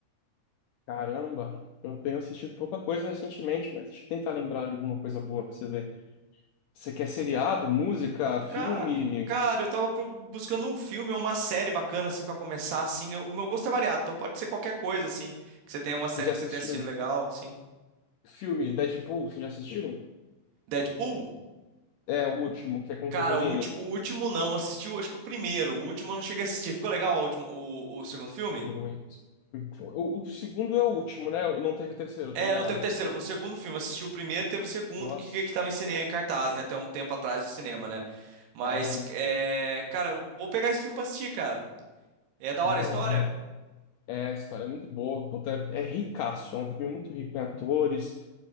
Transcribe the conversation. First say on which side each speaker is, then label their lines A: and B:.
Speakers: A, on the left; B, on the right.
A: Caramba, eu tenho assistido pouca coisa recentemente, mas deixa eu tentar lembrar de alguma coisa boa pra você ver. Você quer seriado, música, filme?
B: Ca- Cara, eu tava pro- buscando um filme ou uma série bacana, assim, pra começar, assim. O meu gosto é variado, então pode ser qualquer coisa, assim. Que você tenha uma
A: Você
B: série
A: já
B: que
A: assistiu
B: você tenha assistido legal, assim.
A: filme Deadpool? Você já assistiu?
B: Deadpool?
A: É o último, que é com
B: Cara,
A: o Wolverine.
B: o, ulti- o último não, assistiu acho que o primeiro, o último eu não cheguei a assistir. Ficou legal o último, o, o segundo filme?
A: Muito. O, o segundo é o último, né? Não teve terceiro,
B: É,
A: eu tô enganado.
B: não teve terceiro,
A: Só-
B: foi o segundo filme. Assisti o primeiro, teve o segundo
A: Nossa,
B: que, que tava em cinema, em cartaz, né? Até um tempo atrás do cinema, né? Mas,
A: é muito.
B: é, cara, eu vou pegar esse filme pra assistir, cara. É da
A: Cara,
B: hora a história?
A: é, é a história é muito boa. Puta, é, é ricaço, é um filme muito rico em atores,